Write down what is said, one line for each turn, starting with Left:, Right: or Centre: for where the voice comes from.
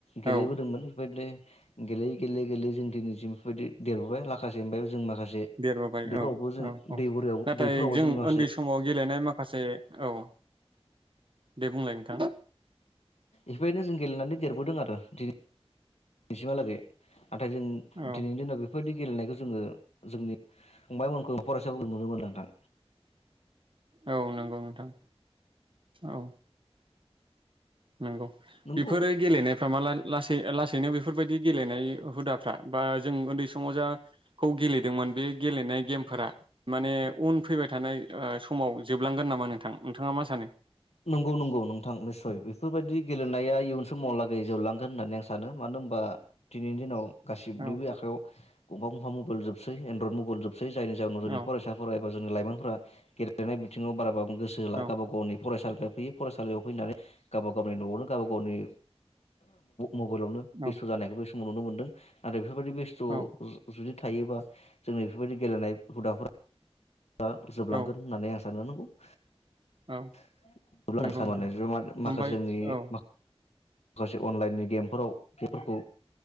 Left: गेलेबोदोंमोन
Right: औ
Left: इबायदिनो। गेलेयै गेलेयै गेलेयै जों दिनैसिम इफोरबायदि देरबोबाय लाखासे ओमफाय जों माखासे
Right: देरबोबाय
Left: दैफोरावबो
Right: औ
Left: जों
Right: औ औ
Left: दै बोरायाव
Right: नाथाय
Left: दैफोरावबो
Right: जों
Left: माखासे
Right: उन्दै समाव गेलेनाय माखासे औ। दे बुंलाय नोंथां।
Left: इफोरबायनो जों गेलेनानै देरबोदों आरो दिनै <inaudible> सिमहालागै। नाथाय जों दिनैनि
Right: औ
Left: दिनाव बेफोरबायदि गेलेनायखौ जोङो जोंनि फंबायमोनखौ फरायसाफोरखौ नुनो मोनला नोंथां।
Right: औ नंगौ नोंथां। औ नंगौ
Left: नंगौ
Right: बेफोरो गेलेनायफ्रा माला लासै लासैनो बेफोरबायदि गेलेनाय हुदाफ्रा बा जों उन्दै समावजा खौ गेलेदोंमोन बे गेलेनाय गेमफोरा माने उन फैबाय थानाय ओ समाव जोबलांगोन नामा नोंथां नोंथाङा मा सानो?
Left: नंगौ नंगौ नोंथां निस्सय बेफोरबायदि गेलेनाया इयुन समावहालागै जोबलांगोन होननानै आं सानो मानो होनबा दिनैनि दिनाव गासिबनिबो
Right: औ
Left: आखायाव <unintelligible> मबाइल जोबसै एन्ड्रइड मबइल जोब सै जानि जाउनाव जोंनि
Right: औ
Left: फरायसा फराय बा जोंनि लाइमोनफोरा गेलेनाय बिथिंआव बारा बा गोसो होला
Right: औ
Left: गाबा गावनि फरायसालि <unintelligible> फैयो फरायसालियाव फैनानै गावबा गावनि न'आवनो गावबा गावनि मबाइलावनो
Right: औ
Left: बेस्थ' जानायखौबो नुनो मोनदों आरो बेफोरबादि बेस्थ' जु-जुदि
Right: औ
Left: थायोबा जोंनि बेफोबादि गेलेनाय हुदाफोर ओ जोबलांगोन
Right: औ
Left: होननानै आं <unintelligible>
Right: औ नंगौ नोंथां ओमफ्राय औ
Left: <unintelligible> खासे अनलाइननि गेमफोराव बेफोरखौ